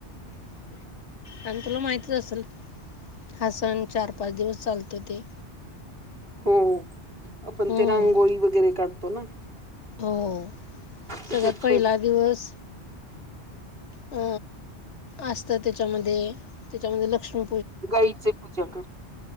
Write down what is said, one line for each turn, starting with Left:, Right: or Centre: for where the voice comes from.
Left: आणि तुला माहतीच असेल हा सण चार पाच दिवस चालतो ते.
Right: हो, आपण
Left: हम्म.
Right: ते रांगोळी वगैरे काढतो ना.
Left: हो.
Right: किती
Left: सगळ्यात पहिला
Right: फ्रेश
Left: दिवस अ अस त्याच्यामध्ये, त्याच्यामध्ये लक्ष्मी
Right: गाईचे पूजा कर